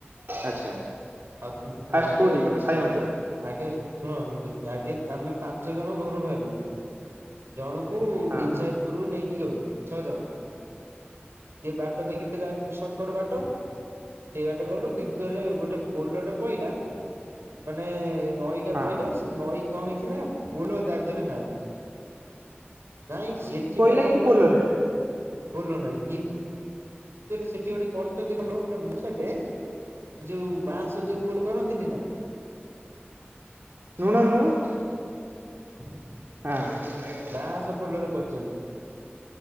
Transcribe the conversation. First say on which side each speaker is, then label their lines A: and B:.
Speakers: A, on the right; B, on the right.
A: ଆଚଛା
B: ଆଉ
A: ଫାଷ୍ଟ
B: ଆଗେ
A: କୋଉଠିକି ଗଲ ସାଇ ମନ୍ଦିର।
B: ଆଗେ ଶୁଣ ଆଗ ଆମେ ପାଞ୍ଚ ଜଣ ଘରୁ ବାହାରିଲୁ। ଜଣକୁ
A: ହଁ
B: ବିଂଜାରପୁରରୁୁ ନେଇକି ଗଲୁ ଛଅ ଜଣ। ସେିଏ ବାଟ ଦେଖିଥିଲା ସଟକଟ ବାଟ ସେଇ ବାଟ ଗଲୁ କିନ୍ତୁ ହେଲେ ଗୋଟେ କୋଲଟା ପହଲାା ମାନେ ନଈଟା
A: ହଁ।
B: ପହଲା ନଈ କଣ ହେଇଛି ନା ଫୁଲ ତା ଦେହରେ ନହିଁ। ନାଇଁ ସେଫଠି
A: ନଈ ପଇଲା
B: ଫର କଣ
A: କିନ୍ତୁ
B: କର
A: ପୋଲ ନାହିଁ
B: ବଲ ନାଇଁ। ସେଠି ଗୋଟେ କରଛନ୍ତି ଭଲ ଗୋଟେ ମୁଁ ସାଠେ। ଯୋଉ ବାଁଶ ଯୋଉ ଉପଡ କରନ୍ତିନି ନା।
A: ନୁଣଲ ନୁଣ।
B: ହ <inaudible>
A: ହଁ।
B: ବାଁଶ ପୋଲରେ କରୁଛନ୍ତି।